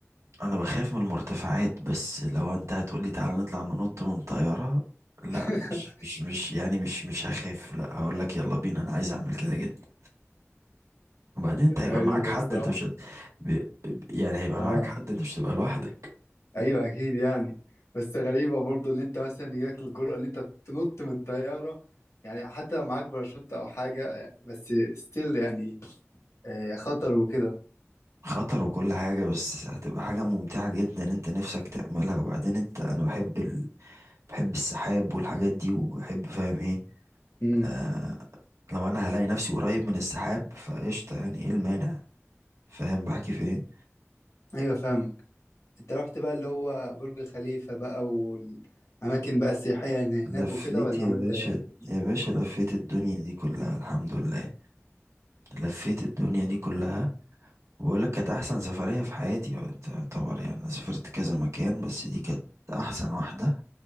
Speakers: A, on the right; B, on the left.
A: انا بخاف من المرتفعات بس لو انت هتقولي تعالى نطلع ننط من طيارة لا
B: <laughs>
A: مش مش مش يعني مش مش هخاف لا هقول لك يلا بينا انا عايز اعمل كده جدا وبعدين انت
B: غريبة
A: هيبقى معاك حد
B: بصراحة
A: انت مش هت... ب... ب- يعني هيبقى
B: اه
A: معاك حد انت مش هتبقى لوحدك
B: ايوه اكيد يعني بس غريبة برضو ان انت مثلا يجيلك الجرأة ان انت تنط من طيارة يعني حتى لو معاك باراشوت او حاجة بس ستيل يعني آه، خطر وكده
A: خطر وكل حاجة بس هتبقى حاجة ممتعة جدا انت نفسك تعملها وبعدين انت انا بحب ال... بحب السحاب والحاجات دي وبحب فاهم ايه
B: امم
A: آه... لو انا هلاقي نفسي قريب من السحاب فقشطة يعني ايه المانع فاهم بحكي في ايه
B: ايوه فاهمك انت رحت بقى اللي هو برج خليفة بقى والأماكن بقى السياحية اللي هناك
A: لفيت
B: وكده ولا
A: يا
B: عملت
A: باشا
B: ايه؟ مم.
A: يا باشا لفيت الدنيا دي كلها الحمد لله لفيت الدنيا دي كلها بقول لك كانت احسن سفرية في حياتي يعني انت يعتبر يعني انا سافرت كذا مكان بس دي كانت احسن واحدة